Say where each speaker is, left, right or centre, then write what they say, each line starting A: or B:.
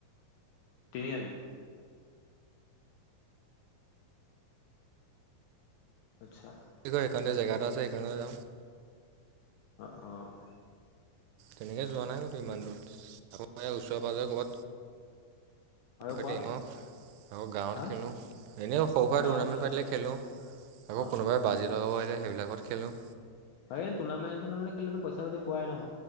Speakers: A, on the left; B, on the right.
A: তিনিআলি', আচ্ছা',
B: কি কয় সেইকাৰণে জেগা এটা আছে সেইকাৰণে যাওঁ',
A: অঁহ', - অঁ',
B: তেনেকে যোৱা নাই কতো ইমান দূৰ যাব পাৰে উচৰে পাজৰে <unintelligible>
A: আৰু কোৱা
B: ন। আকৌ গাঁৱত
A: হা
B: খেলোঁ এনেইও সৰু সুৰা
A: গাঁৱতো
B: টুৰ্ণামেণ্ট
A: খেলা
B: পাতিলে
A: ন
B: খেলোঁ আকৌ
A: অ
B: কোনোবাই
A: অ
B: বাজেট। দ হয় যে সেইবিলাকত খেলোঁ।
A: বাকি এই, টুৰ্ণামেণ্ট- চুৰ্ণামেণ্ট খলিলেটো পইচা পাটি পোৱাই ন',